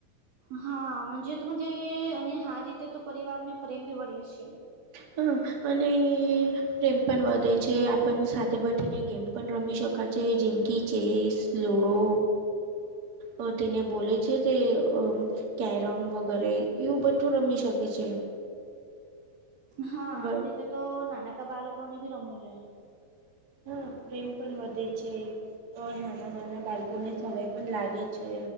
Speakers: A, on the right; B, on the right.
A: હાજ તોજ અને હ રીતે તો પરિવાર મે પ્રેમ ભી વળે છે.
B: હા અને પ્રેમ પણ વધે છે આપણ સાથે બેઠીને ગેમ પણ રમી શકે છે જેમકી ચેસ લુડો અહ તેને બોલે છે તે અહ કેરમ વગેરે એવું બધું રમી શકે છે.
A: હા,
B: બ
A: તે તો નાનકા બાળકો ને ભી રમવું જોઈએ.
B: હા, પ્રેમ પણ વધે છે. અહ નાના નાના બાળકોને <unintelligible> પણ લાગે છે,